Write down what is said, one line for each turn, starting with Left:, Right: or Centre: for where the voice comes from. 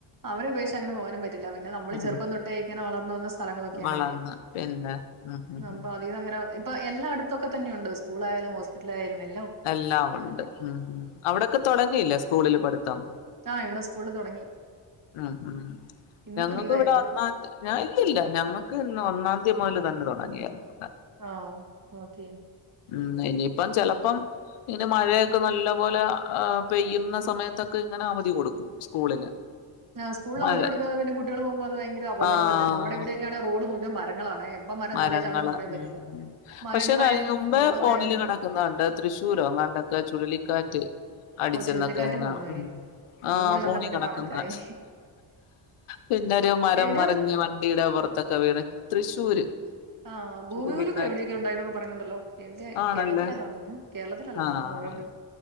Right: അവരെ ഉപേക്ഷി അങ്ങനെ പോകാനും പറ്റില്ല പിന്നെ നമ്മള്
Left: ഉം
Right: ചെറുപ്പം തൊട്ടേ ഇങ്ങനെ വളർന്നു വന്ന സ്ഥലങ്ങളൊക്കെയാണേ
Left: വളർന്ന് പിന്നെ ഉം ഉം
Right: അപ്പൊ
Left: ഉം
Right: അതികങ്ങനെഇപ്പൊ എല്ലാ അടുത്തൊക്കെ തന്നെയുണ്ട് സ്കൂളായാലും ഹോസ്പിറ്റലായാലും എ
Left: എല്ലാം ഉണ്ട് ഉം ഉം അവിടൊക്കെ തുടങ്ങിയില്ല സ്കൂളില് പഠിത്തം
Right: ആ ഇവിടെ സ്കൂള്ള് തൊടങ്ങി
Left: ഉം ഉം
Right: ഇന്നൊക്കെ
Left: ഞങ്ങൾക്ക്
Right: ലീവായിരുന്നേ.
Left: ഇവിടെ ഒന്നാ ഇല്ലല്ല ഞങ്ങ ക്ക് ഇന്ന് ഒന്നാം തീ മുതൽ തന്നെ തുടങ്ങിയാരുന്നു
Right: ആ ഓ കേ
Left: ഉം ഇനിയിപ്പം ചെലപ്പം ഇങ്ങനെ മഴയൊക്കെ നല്ല പോലെ പെയ്യുന്ന സമയത്തൊക്കെ ഇങ്ങനെ അവധി കൊടുക്കും സ്കൂളിന്
Right: ആ സ്കൂള് ന്
Left: മഴ
Right: അവധി കൊടുക്കാതെ പിന്നെ കുട്ടികൾ പോകുമ്പോ അത് ഭയങ്കര അപകടമല്ലേ
Left: ആഹ്
Right: നമ്മുടെ ഇവിടെയൊക്കെ യാണേ റോഡ്മുഴുവൻ മരങ്ങളാണേ എപ്പം മരം
Left: മരങ്ങള്
Right: തലേ ചാടുവെന്ന് പറയാൻ
Left: ഉം
Right: പറ്റില്ല. മരങ്ങളായാലും
Left: പക്ഷെ കഴി മുമ്പ്
Right: വെള്ളവായാലും
Left: ഫോണില് കിടക്കുന്നേ കണ്ട് തൃശ്ശൂരോ പണ്ടൊക്കെ ചുഴലിക്കാറ്റ് അടിച്ചന്നൊക്കെ
Right: ഓഹ് ചുഴലിക്കാറ്റും
Left: അങ്ങനെ
Right: വന്നു ഇനി.
Left: ആ
Right: അതും കൂടി
Left: ഫോണി
Right: വന്നാ പിന്നെ
Left: കിടക്കന്നേ
Right: കണക്കായി.
Left: പിന്നൊരു മരം
Right: എവിടെയോ?
Left: മറിഞ്ഞ് വണ്ടിയുടെ പുറത്തൊക്കെ വീണ് തൃശ്ശൂര്
Right: ആ ഭൂമികൂലുക്കം
Left: ചുഴലിക്കാറ്റ്
Right: എവിടെയൊക്കെ ഉ ണ്ടായി എന്നൊക്കെ പറയുന്നുണ്ടല്ലോ എവിടെയ
Left: ആണല്ലേ
Right: കേരളത്തിലല്ലോന്നു കേരളത്തിലല്ലന്നോ
Left: ആഹ്
Right: വേൾഡ്